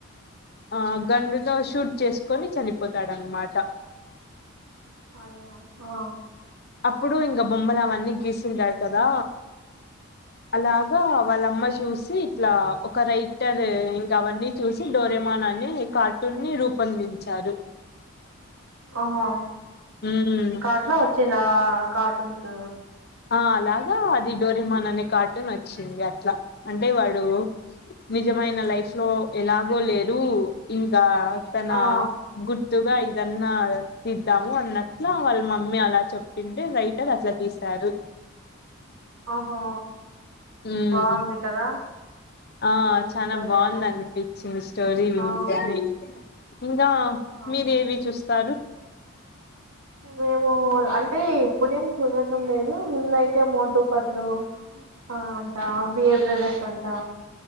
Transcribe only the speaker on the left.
ఆ గన్ తో షూట్ చేసుకొని చనిపోతాడన్నమాట
ఇప్పుడు ఇంక బొమ్మలు అవన్నీ గీసింటడు కదా అలా ద వాళ్ళమ్మ చూసి ఇట్లా ఒక రైటర్ ఇంక అవన్నీ చూసి డోరేమాన్ అనే కార్టూన్ ని రూపొందించారు అ
మ్మ్
ఆ అలాగా అది డోరమాన్ అనే కార్టున్ వచ్చింది అట్లా అంటే వాడు నిజ నిమైన లైఫ్ లో ఎలాగో లేరు ఇంకా తన
గుర్తుగా ఏదన్నా తీిద్దాము అన్నట్లా వాళ్ళ మమ్మీ అలా చెప్పింటే రైటర్ అట్లా తీశారు
మ్మ్
ఆ
చాల
బాగుంది
అనిపించింది స్టోరీ విడి
ఇంకా
మీర ఏవి చూస్తారు